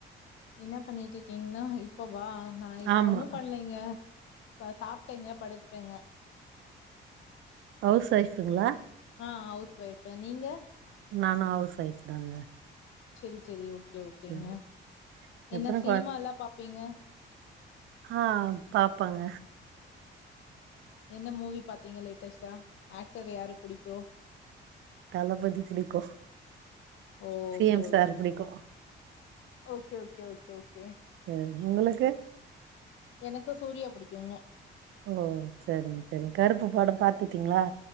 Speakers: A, on the left; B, on the right.
A: என்ன பண்ணிட்ருக்கீங்னா இப்ப வா நா இப்போ
B: ஆமா
A: ஒண்ணு பண்லைங்க பா சாப்ட்டேங்க படுத்தெங்க
B: ஹவ்ஸ் வைஃபுங்ளா
A: ஆ ஹவ்ஸ் வைஃப்ஃபு நீங்க
B: நானா ஹவ்ஸ் வைஃப் தாங்க
A: ச்செரி ச்செரி ஓகே ஓகேங்க
B: சரி
A: என்ன
B: எத்தன
A: சீமாலா பாப்பீங்க
B: ஹா பாப்பங்க
A: என்ன மூவி பாத்தீங்க லேட்டஸ்ட்டா ஆக்டர் யாரு புடிக்கு
B: தளபதி பிடிக்கோ
A: ஓ
B: சி
A: ஓகே
B: எம் சார்
A: ஓகே
B: புடிக்கு
A: ஓகே ஓகே ஓகே ஓகே ஓகே
B: அ உங்களுக்கு
A: எனக்கு சூர்யா பிடிக்குங்க
B: ஓ ச்சரிங்க ச்சரி கருப்பு படோ பாத்துட்டீங்ளா